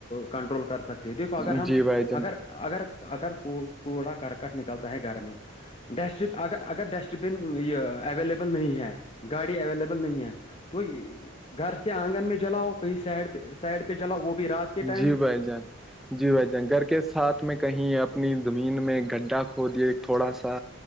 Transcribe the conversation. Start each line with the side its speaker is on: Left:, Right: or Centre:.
Left: کنٹرول کر سکتے ہیں دیکو
Centre: جان
Left: اگر ہم
Centre: جی بھ
Left: اگر اگر اگر کو کوڑا کرکٹ نکلتا ہے گھر میں ڈسٹ اگر اگر ڈسٹ بن یہ اویلیبل نہیں ہے گاڑی اویلیبل نہیں ہے تو گھر کے آنگن میں جلاؤ کہیں سائڈ پہ سائڈ پہ جلاؤ وہ بھی رات کے ٹائم
Centre: جی بھائی جان جی بھائی جان گھر کے ساتھ میں کہیں اپنی زمین میں گ کھو دییا تھوڑا سا